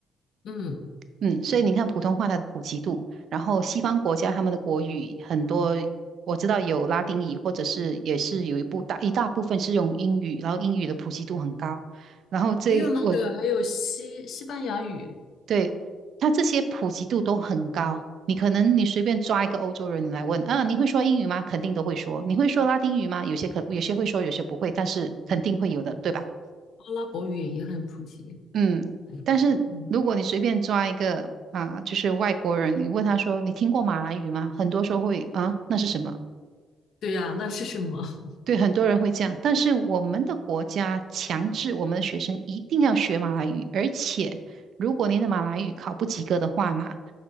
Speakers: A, on the left (about 70°); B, on the right (about 65°).
A: 嗯，
B: 嗯，所以你看普通话它的普及度，然后西方国家他们的国语很多，我知道有拉丁语，或者是也是有一部大一大部分是用英语，然后英语的普及度很高。然后这我
A: 还有那个，还有西西班牙语、
B: 对，它这些普及度都很高。你可能你随便抓一个欧洲人你来问，啊，你会说英语吗？肯定都会说。你会说拉丁语吗？有些可有些会说，有些不会，但是肯定会有的，对吧？
A: 阿拉伯语也很普及。
B: 嗯，
A: 哎，
B: 但是如果你随便抓一个啊，
A: 嗯，
B: 就是外国人，你问他说你听过马来语吗？很多时候会啊，那是什么？
A: 对呀，那是什么？<laughs>
B: 对，很多人会这样。但是我们的国家强制我们的学生一定要学马来语，而且如果你的马来语考不及格的话嘛，